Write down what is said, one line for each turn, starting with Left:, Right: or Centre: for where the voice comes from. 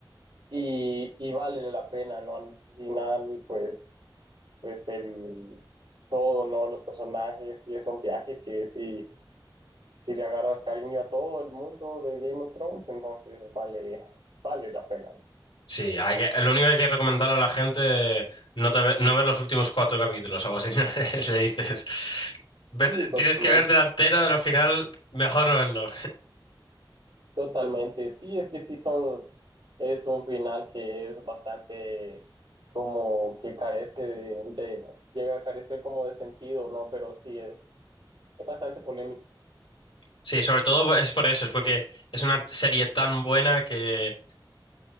Right: y, y vale la pena, ¿no? Al final, pues, pues el todo, ¿no? Los personajes, sí es un viaje que sí, si le agarras cariño a todo el mundo de Game of Thrones, entonces vale, vale la pena.
Left: Sí, hay que, lo único que hay que recomendar a la gente, no, te ve- no ver los últimos cuatro capítulos, algo así, <laughs> ¿no? le dices. "Vete-
Right: Sí, totalmente.
Left: tienes que ver delantera, pero al final, mejor no verlo.
Right: Totalmente, sí, es que sí son, es un final que es bastante como que carece de, de- llega a carecer como de sentido, ¿no? Pero sí es, es bastante polémico.
Left: Sí, sobre todo es por eso, es porque es una serie tan buena que.